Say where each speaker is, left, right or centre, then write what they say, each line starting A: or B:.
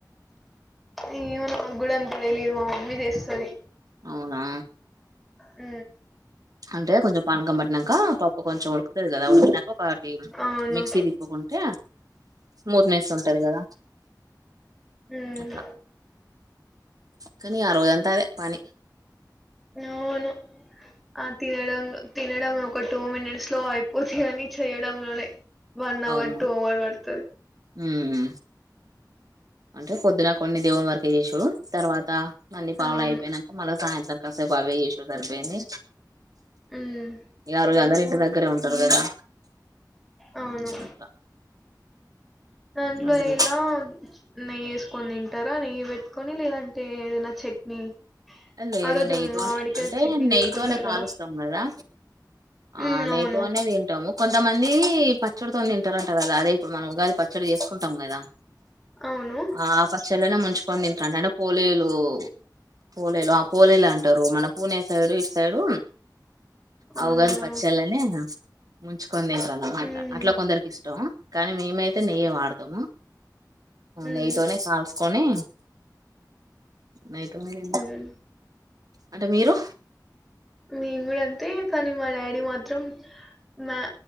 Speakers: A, in the centre; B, on the right (about 55°).
A: అయ్యో నాగ్గూడంత తెలీదు మా మమ్మీ చేస్తది
B: అవునా
A: మ్
B: అంటే కొంచం పానకం పట్టినంక పప్పు కొంచెం ఉడుకుతది కదా అప్పుడు ఒకటి
A: అవును
B: మిక్సీ తిప్పుకుంటే మూత్ నెస్ ఉంటది కదా
A: హుమ్
B: అట్లా కానీ ఆరోజంతా అంతా అదే పనీ
A: అవును అ తినడం తినడం ఒక టూ మినిట్స్ లో అయిపోతదికని చెయడంలోనే వన్ అవర్
B: అవును
A: టూ అవర్ పడుతది
B: ఉమ్ అంటే పొద్దున కొన్ని దేవుని వరకె చేసుడు తర్వాత అన్ని పనులు
A: అవును
B: అయిపోయినంక మళ్ళ సాయంత్రం కాసేపు అవ్వే చేసుడు సరిపోయింది
A: ఉమ్
B: ఇగ ఆరోజు అందరు ఇంటి దగ్గరే ఉంటరు కదా
A: అవును
B: అట్లా
A: దాంట్లో
B: అందరి
A: ఎలా నెయ్య క్కొని తింటరా నెయ్యి పెట్టుకొని లేదంటే ఏదైనా చట్నీ
B: లేదు
A: ఆ రోజు
B: నెయ్యితోనే
A: మామిడికాయ
B: అంటే
A: చట్నీ
B: నెయ్యితోనే
A: చేసుకుంటారు
B: కాలుస్తాం
A: కదా
B: కదా ఆ
A: ఉమ్
B: నెయ్యితోనే
A: అవును
B: తింటము కొం తమందీ పచ్చడితోని తింటరంట కదా అదే ఇప్పుడు మనం ఉగాది పచ్చడి చేసుకుంటాం కదా
A: అవును
B: ఆ పచ్చల్లలొనే ముంచుకొని తింటరంట అంటే పోలీయలు పోలేలు ఆ పోలేలు అంటరు మన పూనే సైడు ఇటు సైడూ
A: అవునా
B: ఆ ఉగాది పచ్చల్లనె ముంచుకొని తింటరన్న మాట
A: ఉహు
B: అట్లా కొందరికి ఇష్టం కానీ మేమైతే నెయ్యి వాడతము
A: ఉమ్
B: నెయ్యితోనే కాల్ కొని నెయ్యితో తిన్
A: ఉమ్
B: అంటే మీరు
A: మేం గూడా అంతే కానీ మా డాడీ మాత్రం మ్యా